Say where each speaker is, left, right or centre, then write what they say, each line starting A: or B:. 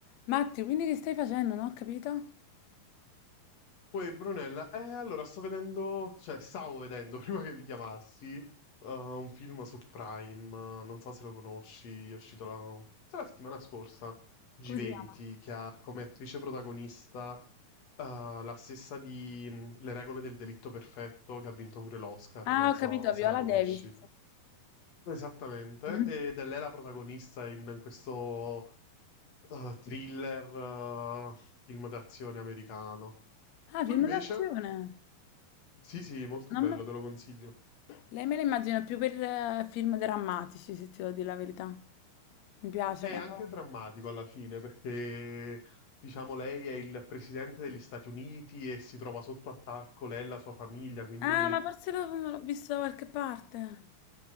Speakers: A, on the left; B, on the left.
A: Matti, quindi che stai facendo? Non ho capito.
B: Poi Brunella, eh, allora sto vedendo, cioè stavo vedendo <laughs> prima che vi chiamassi, eh, un film su Prime, eh, non so se lo conosci, è uscito la, forse la settimana scorsa, G20,
A: Come si chiama?
B: che ha come attrice protagonista, eh, la stessa di mm, Le regole del delitto perfetto, che ha vinto pure l'Oscar,
A: Ah,
B: non
A: ho
B: so
A: capito,
B: se
A: Viola
B: la conosci.
A: Davis.
B: Esattamente,
A: <laughs>
B: ed è lei la protagonista in questo eh, thriller, eh, film d'azione americano.
A: Ah,
B: Tu
A: film
B: invece?
A: d'azione.
B: Sì, sì, molto
A: Non
B: bello,
A: me...
B: te lo consiglio.
A: Lei me la immagino più per eh, film drammatici, se ti devo dire la verità. Mi piace
B: È
A: quando...
B: anche drammatico alla fine perché, diciamo, lei è il presidente degli Stati Uniti e si trova sotto attacco, lei e la sua famiglia, quindi
A: Ah, ma forse l'ho l'ho visto da qualche parte.